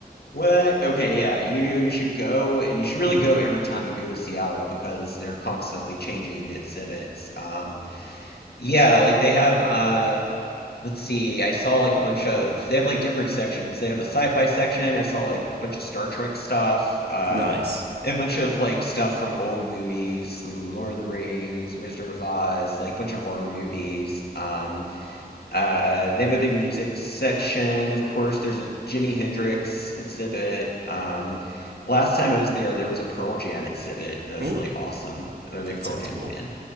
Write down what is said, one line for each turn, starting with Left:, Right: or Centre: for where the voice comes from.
Left: What? Okay, yeah. You you should go and you should really
Right: <laughs>
Left: go every time you go to Seattle because they're constantly changing the exhibits. Um yeah, like they have uh let's see, I saw like a bunch of they have like different sections. They have a sci-fi section. I saw like a bunch of Star Trek stuff. Uh
Right: Nice.
Left: they have a bunch of like stuff from old movies and Lord of the Rings, Wizard of Oz, like a bunch of horror movies. Um uh, they have a big music section, of course. There's a Jimi Hendrix exhibit. Um, last time I was there, there was a Pearl Jam exhibit, and that was
Right: Mm,
Left: really awesome. I'm a big
Right: that
Left: Pearl
Right: sounds
Left: Jam
Right: cool.
Left: fan.